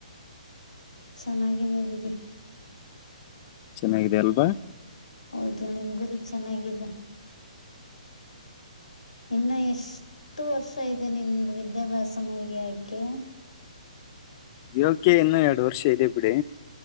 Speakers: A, on the left; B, on the left.
A: ಚೆನ್ನಾಗಿದೆ ಬಿ
B: ಚೆನ್ನಾಗಿದೆ ಅಲ್ವಾ
A: ಹೌದು ನಿಮ್ ಗುರಿ ಚೆನ್ನಾಗಿದೆ ಇನ್ನು ಎಷ್ಟು ವರ್ಷ ಇದೆ ನಿಂದು ವಿದ್ಯಾಭ್ಯಾಸ ಮುಗಿಯಾಕೆ
B: ಇವಗ್ಗೆ ಇನ್ನ ಎರಡು ವರ್ಷ ಇದೆ ಬಿಡಿ